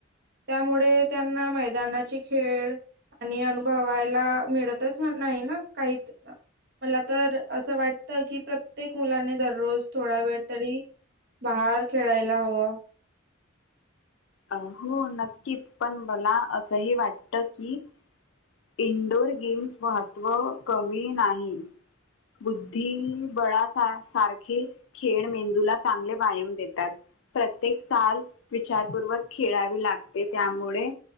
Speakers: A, on the right; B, on the left.
A: त्यामुळे त्यांना मैदानाचे खेळ आणि अनुभवायला मिळतच नाही ना काही मला तर असं वाट की प्रत्येक मुलाने दररोज थोडा वेळ तरी बाहेर खेळायला हवं
B: अ हो नक्कीच पण मला असंही वाटत की इनडोअर गेम्स महत्त्व कमी नाही. बुद्धिबळा सा सारखे खेळ मेंदूला चांगले व्यायम देतात. प्रत्येक चाल विचारपूर्वक खेळावी लागते त्यामुळे